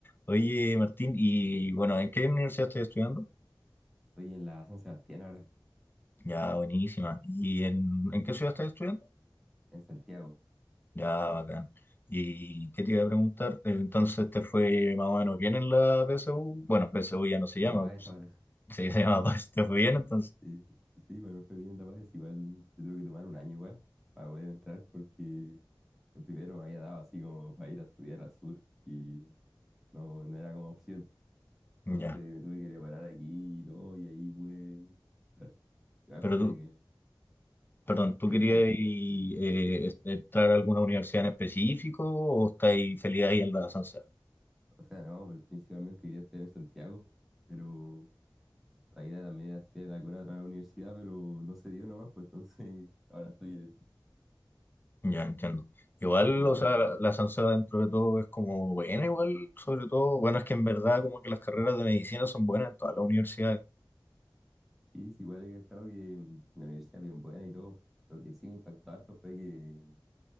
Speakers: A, on the left; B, in the centre.
A: Oye, Martín, y bueno, ¿en qué universidad estás estudiando?
B: Estoy en la San Sebastián ahora,
A: Ya, buenísima. ¿Y en, en qué ciudad estás estudiando?
B: en Santiago,
A: Ya, bacán. ¿Y qué te iba a preguntar? Entonces, ¿te fue más o menos bien en la PSU? Bueno, PSU ya no se
B: en
A: llama,
B: La Paz
A: pues,
B: ahora.
A: se, se llama <laughs> PAS, ¿te fue bien entonces?
B: Sí, sí, igual me fue bien en La Paz, igual yo tuve que tomar un año igual para poder entrar porque el primero me había dado así como para ir a estudiar al sur y no, no era como opción. Entonces
A: Ya.
B: me tuve que preparar aquí y todo y ahí pude... entrar. Igual
A: Pero
B: fue
A: tú,
B: que,
A: perdón, ¿tú
B: <clears throat>
A: querías eh, est- entrar a alguna universidad en específico o estáis feliz ahí en la Sansea?
B: o sea, no, pero principalmente quería estudiar en Santiago, pero la idea también era estudiar en alguna otra universidad, pero no se dio nomás, pues entonces <laughs> ahora estoy en esto.
A: Ya, entiendo. Igual,
B: Pero
A: o sea, la, la Sansea dentro de todo es como buena, igual, sobre todo, bueno, es que en verdad como que las carreras de medicina son buenas en todas las universidades.
B: sí, sí, igual he cachado que mm, la universidad es bien buena y todo. Lo que sí me impactó harto fue que